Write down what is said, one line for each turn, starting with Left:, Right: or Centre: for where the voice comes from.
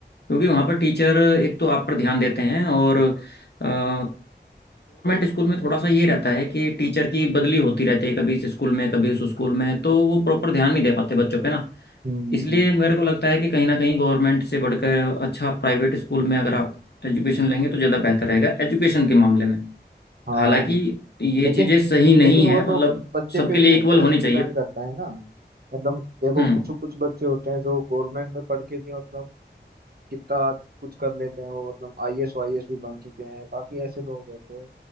Left: क्योंकि वहाँ पर टीचर एक तो आप पर ध्यान देते हैं और गवर्नमेंट स्कूल में थोड़ा सा ये रहता है कि टीचर की बदली होती रहती है कभी इस स्कूल में कभी उस स्कूल में तो वो प्रॉपर ध्यान नहीं दे पाते बच्चों पे ना
Right: हम्म
Left: इसलिए मेरे को लगता है कि कहीं ना कहीं गवर्नमेंट से बढ़कर अच्छा प्राइवेट स्कूल में अगर आप एजुकेशन लेंगे तो ज़्यादा बेहतर रहेगा एजुकेशन के मामले में
Right: हाँ
Left: हालांकि ये
Right: लेकिन
Left: चीजें सही नहीं
Right: लेकिन वो
Left: है
Right: तो
Left: मतलब
Right: बच्चे
Left: सबके
Right: पे भी
Left: लिए
Right: एक
Left: इक्वल
Right: तरह
Left: होनी
Right: से डिपेंड
Left: चाहिए
Right: करता है ना मतलब देखो
Left: हम्म
Right: कुछ कुछ बच्चे होते हैं जो गवर्नमेंट में पढ़ के भी मतलब कितना कुछ कर लेते हैं वो मतलब आईएएस वाईएएस भी बन चुके हैं काफी ऐसे लोग हैं तो